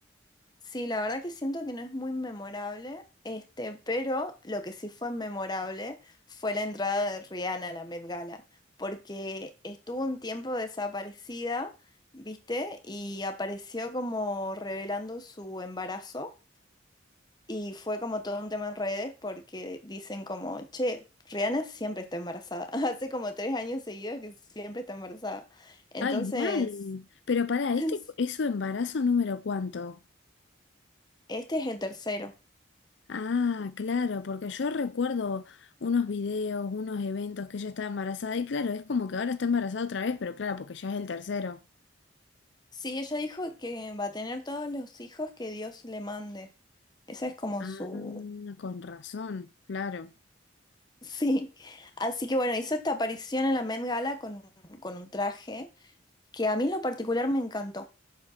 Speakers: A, on the left; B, on the left.
A: sí, la verdad que siento que no es muy memorable, este, pero lo que sí fue memorable fue la entrada de Rihanna a la Met Gala, porque estuvo un tiempo desaparecida. ¿Viste? Y apareció como revelando su embarazo. Y fue como todo un tema en redes porque dicen como, che, Rihanna siempre está embarazada. <laughs> Hace como tres años seguidos que siempre está embarazada. Entonces,
B: Ay, mal. Pero para
A: <laughs>
B: este es su embarazo número cuánto.
A: este es el tercero.
B: Ah, claro, porque yo recuerdo unos videos, unos eventos que ella estaba embarazada y claro, es como que ahora está embarazada otra vez, pero claro, porque ya es el tercero.
A: Sí, ella dijo que va a tener todos los hijos que Dios le mande. Esa es como
B: Ah,
A: su... <laughs>
B: con razón, claro.
A: Sí. Así que bueno, hizo esta aparición en la Met Gala con, con un traje que a mí en lo particular me encantó.